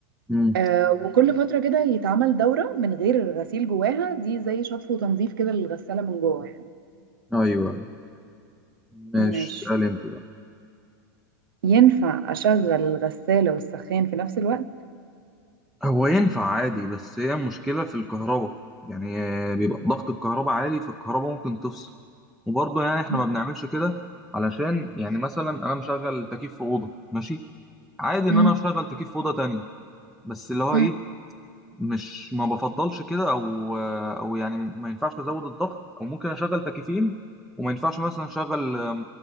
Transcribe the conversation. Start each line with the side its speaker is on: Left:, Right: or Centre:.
Centre: مم.
Right: آه، وكل فترة كده يتعمل دورة من غير غسيل جواها دي زي شطف وتنظيف كده للغسالة من جوه يعني
Centre: أيوه أيوه ماشي
Right: ماشي
Centre: اسأل أنت بقى
Right: ينفع أشغل الغسالة والسخان في نفس الوقت؟
Centre: هو ينفع عادي بس هي المشكلة في الكهرباء يعني آه، بيبقى ضغط الكهرباء عالي فالكهرباء ممكن تفصل وبرضه يعني احنا
Right: مم.
Centre: ما بنعملش كده علشان يعني مثلا انا مشغل تكييف في أوضة ماشي عادي ان
Right: مم.
Centre: انا اشغل تكييف في أوضة تانية بس اللي هو
Right: مم.
Centre: ايه مش ما بفضلش كده او آه، او يعني ما ينفعش ازود الضغط او ممكن اشغل تكييفين وما ينفعش مثلا اشغل آم،